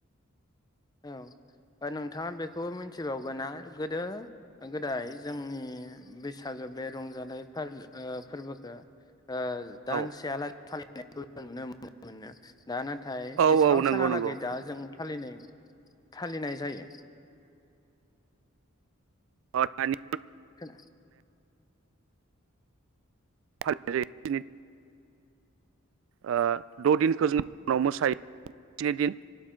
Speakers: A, on the left; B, on the right.
A: औ दा नोंथाङा बेखौ मिथिबावबायना गोदो गोदाय जोंनि बैसागो बे रंजानाय फाल ओ फोरबोखो। ओ
B: औ
A: दानसेआ लागै फालि <unintelligible> नुनो मो न मोननो। दा नाथाय
B: औ
A: बेसेबां
B: औ नंगौ
A: सानहालागै
B: नंगौ
A: दा जों फालिनाय फालिनाय जायो।
B: अ दानि।
A: खोना
B: ओ जायो <unintelligible> ओ द' दिनखौ जों <unintelligible> उनाव मोसायो <unintelligible> स्नि दिन